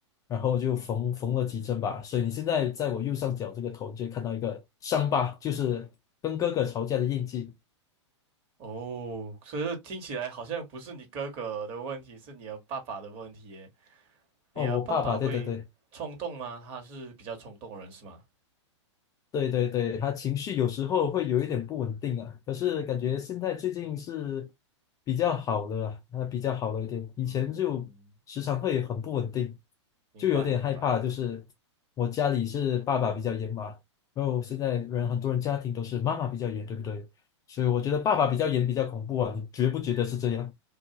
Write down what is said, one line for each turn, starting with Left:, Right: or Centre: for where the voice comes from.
Left: 然后就缝缝了几针吧。
Right: 哦
Left: 所以你现在在我右上角这个头，你就会看到一个伤疤，就是跟哥哥吵架的印记。
Right: 哦，可是听起来好像不是你哥哥的问题，是你的爸爸的问题耶。你的爸爸会冲动吗？
Left: 哦，我爸爸，对对对。
Right: 他是比较冲动的人是吗？
Left: 对对对，他情绪有时候会有一点不稳定啊，可是感觉现在最近是比较好的啊，他比较好了一点，以前就时常会很不稳定，
Right: 嗯，明白明白。
Left: 就有点害怕。就是我家里是爸爸比较严嘛，然后现在人很多人家庭都是妈妈比较严，对不对？所以我觉得爸爸比较严比较恐怖啊，你觉不觉得是这样？